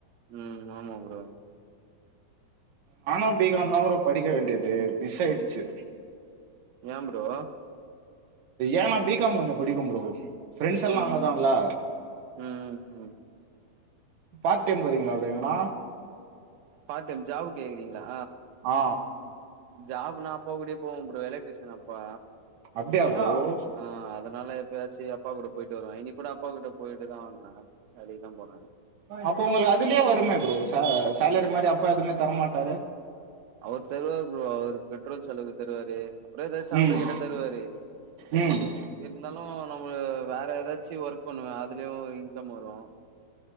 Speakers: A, on the right (about 80°); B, on the right (about 65°).
A: ம் ஆமா ப்ரோ
B: நானூ பி காம் தா படிக்க வேண்டியது மிஸ் ஆயிடுச்சு
A: ஏ ப்ரோ
B: ஏனா பி காம் கொஞ்சொ புடிக்கூ ப்ரோ ஃப்ரெண்ட்ஸ்ல்லா
A: ம்
B: அங்கதா இல்ல
A: ம் ம்
B: பார்ட்டைம் போறீங்ளா ப்ரோ எங்கனா
A: பார்டைம் ஜாபு கேக்குறீங்ளா
B: ஆ
A: ஜாப்னா அப்பா கூடயே போவ ப்ரோ எலக்ட்ரிஷியன் அப்பா
B: அப்டியா ப்ரோ
A: ஆ அதனால எப்பயாச்சு அப்பா கூட போ போயிட்டு வருவ இனிக் கூட அப்பா கூட போயிட்டுதா வந்த வேலக்கி தா போனே
B: அப்ப ஒங்களுக்கு அதுலே வருமே ப்ரோ சே சேலரி மாரி அப்பா எதுவுமே தரமாட்டாரு
A: அவரு தருவா ப்ரோ அவரு பெட்ரோல் செலவுக்கு தருவாரு அப்றோ ஏதா சாப்ட
B: ம்
A: கேட்டா தருவாரு
B: ம்
A: இருந்தாலு நம்ம வேற ஏதாச்சு ஒர்க் பண்ணுவ அதுலயு இன்கம் வரு